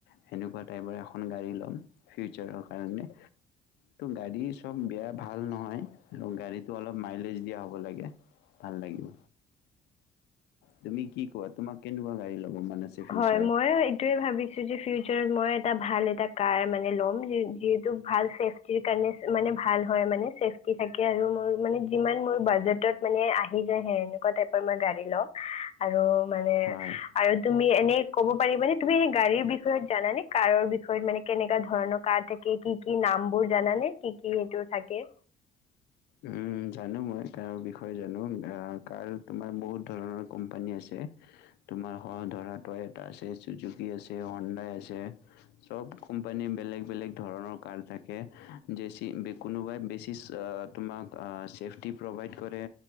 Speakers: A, on the left; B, on the left.
A: সেনেকুৱা টাইপৰ এখন গাড়ী ল'ম, ফিউচাৰৰ কাৰণে- এনে গাড়ী চব বেয়া ভাল নহয় আৰু গাড়ীতটো অলপ মাইলেজ দিয়া হব লাগে, ভাল লাগিব। তুমি- কি কোৱা তোমাক কেনেকুৱা গাড়ী ল'ব মন আছে ফিউচাৰত
B: হয়, মই এইটোৱে ভাবিছো যে ফিউচাৰত মই এটা ভাল এটা- কাৰ মানে ল'ম যিহেতু ভাল চেফটিৰ কাৰণে মানে ভাল হয় মানে চেফটি থাকে আৰু মোৰ মানে যিমান মোৰ- বাজেটত মানে আহি যায় হে এন- টাইপৰ মই গ- ৰি লম, আৰু - মানে
A: হয়
B: আৰু তুমি এনেই কব পাৰিবানে তুমি এনে গাড়ীৰ বিষয়ত জানানে? কাৰৰ বি - বিষয়ত মানে কেনেকা ধৰণৰ কাৰ থাকে কি- কি নাম? বোৰ জানানে কি কি সেটো থাকে । কে।
A: উম, জানো মই কাৰ বিষয়ে জানো, আহ কাৰ তোমাৰ বহুত ধৰণৰ কোম্পানী আছে তোমাৰ সহ ধৰা এটা আছে চুজুকি আছে, হন্দাই আছে চ, ব কোম্পানী বেলেগ বেলেগ ধৰণৰ কাৰ থাকে বে কোনোবাই বেছি- তোমাক ছেফটি প্ৰভাইড কৰে,